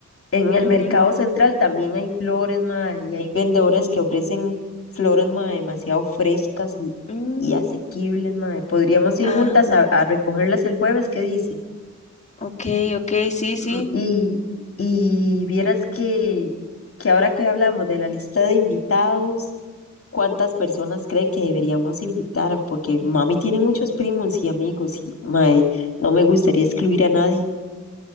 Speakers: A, on the left (about 50°); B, on the left (about 25°).
A: En el
B: Ujú.
A: mercado central también hay flores, mae, y hay vendedores que ofrecen flores, mae, demasiado frescas y,
B: Mm,
A: y asequibles, mae. Podríamos ir
B: Ajá.
A: juntas a, a recogerlas el jueves, ¿qué dice?
B: Ok, ok, sí, sí.
A: Mm, Y, y vieras que, que ahora que hablamos de la lista de invitados, ¿cuántas personas cree que deberíamos invitar? Porque mami tiene muchos primos y amigos y mae, no me gustaría excluir a nadie.